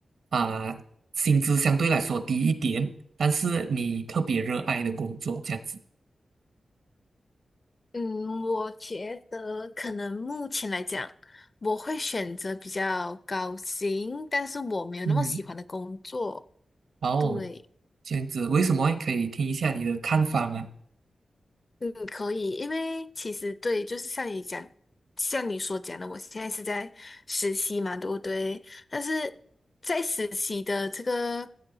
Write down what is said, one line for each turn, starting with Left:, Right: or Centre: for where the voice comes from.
Right: 啊、薪资相对来说低一点？但是你特别热爱的工作这样子，
Left: 嗯，我觉得可能目前来讲，我会选择比较高薪，但是我没有那么喜欢的工作。
Right: 嗯，哦，
Left: 对，
Right: 这样子，为什么可以听一下你的看法吗？
Left: 嗯，可以，因为其实对，就是像你讲，像你所讲的，我现在是在实习嘛，对不对？但是在实习的这个